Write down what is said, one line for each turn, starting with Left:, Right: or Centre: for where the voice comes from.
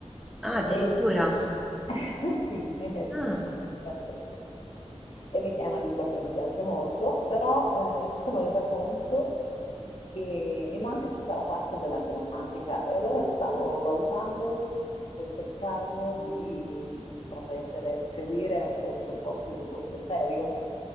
Centre: Ah, addirittura.
Left: E <laughs> sì, è il
Centre: Ah.
Left: mio sogno. perfetto. E mi- è una lingua che mi piace molto, però eh, mi sono resa conto che mi manca tutta la parte della grammatica e allora stavo valutando se fosse il caso di intraprendere, di seguire un corso un po' più forse serio,